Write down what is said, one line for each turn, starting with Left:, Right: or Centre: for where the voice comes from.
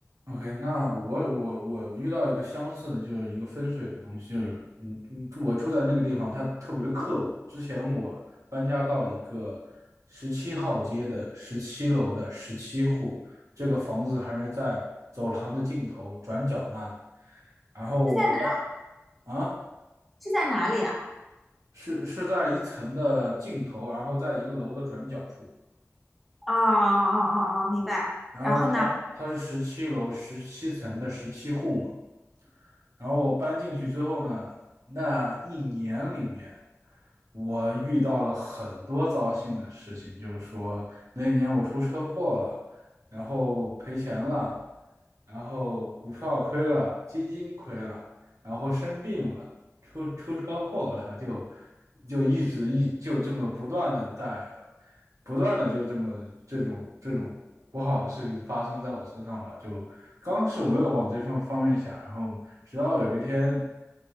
Right: OK，那我我我遇到一个相似的，就是一个分水的东西，就是嗯嗯，我住在那个地方，它特别的克我。之前我搬家到一个十七号街的十七楼的十七户，这个房子还是在走廊的尽头转角那里。然后我搬
Centre: 是在哪？
Right: 啊，
Centre: 是在哪里啊？
Right: 是是在一层的尽头，然后在一个楼的转角处。
Centre: 哦哦哦哦，明白。
Right: 然后它它是十七楼十七层的十七户嘛。
Centre: 然后呢？
Right: 然后我搬进去之后呢，那一年里面，我遇到了很多糟心的事情，就是说那一年我出车祸了，然后赔钱了，然后股票亏了，基金亏了，然后生病了，出出车祸了，就就一直一就这么不断的在不断的就这么这种这种不好的事情发生在我身上吧。就刚开始我没有往这份方面想，然后直到有一天，